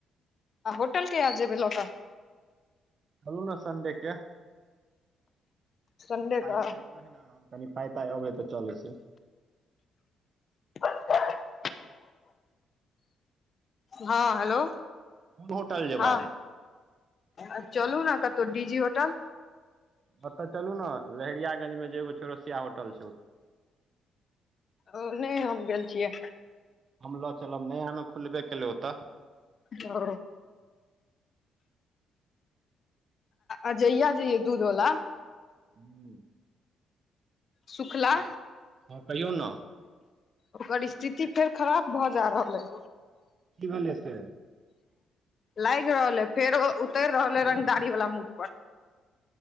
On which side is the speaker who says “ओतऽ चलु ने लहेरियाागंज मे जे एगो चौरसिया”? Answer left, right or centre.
Right